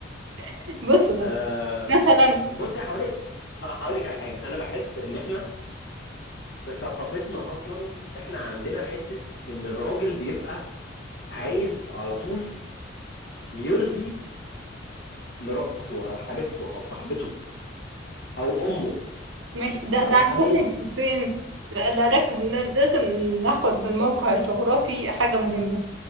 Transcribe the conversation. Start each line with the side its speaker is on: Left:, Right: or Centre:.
Right: <laughs> بص بص
Left: آه،
Right: مثلا
Left: بصي هقولك هقولك على حاجة أنا بحس إن إحنا في ثقافتنا أصلا إحنا عندنا حتة إن الراجل بيبقى عايز على طول يرضي مراته أو حبيبته أو صاحبته أو أمه
Right: ماشي ده
Left: أو
Right: ده
Left: حماته
Right: عندكم في- فين لا لا، ركز لا- لازم ناخد بالموقع الجغرافي حاجة مهمة